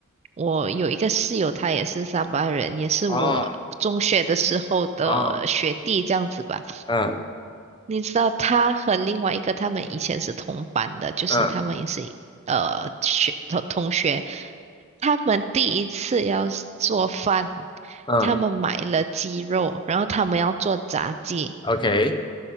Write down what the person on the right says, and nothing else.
我有一个室友，他也是沙巴人，也是我中学的时候的学弟这样子吧。
你知道他和另外一个他们以前是同班的，就是他们也是呃学同同学。
他们第一次要是做饭，
他们买了鸡肉，然后他们要做炸鸡。